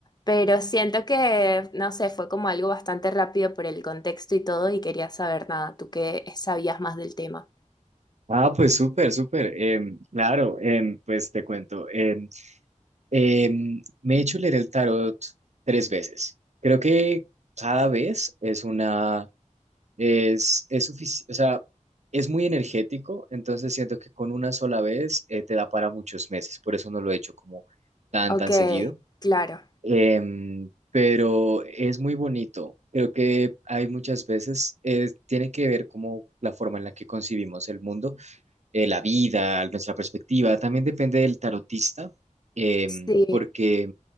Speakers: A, on the left; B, on the right.
A: Pero siento que, no sé, fue como algo bastante rápido por el contexto y todo y quería saber nada, tú que sabías más del tema.
B: Ah, pues súper, súper. Em, claro, em, pues te cuento. em, em, me he hecho leer el tarot tres veces. Creo que cada vez es una, es, es suficiente, o sea, es muy energético, entonces siento que con una sola vez eh, te da para muchos meses. Por eso no lo he hecho como tan,
A: Ok,
B: tan seguido.
A: claro,
B: Em, pero es muy bonito. Creo que hay muchas veces, eh, tiene que ver como la forma en la que concibimos el mundo, eh, la vida, nuestra perspectiva. También depende del tarotista, em,
A: sí,
B: porque,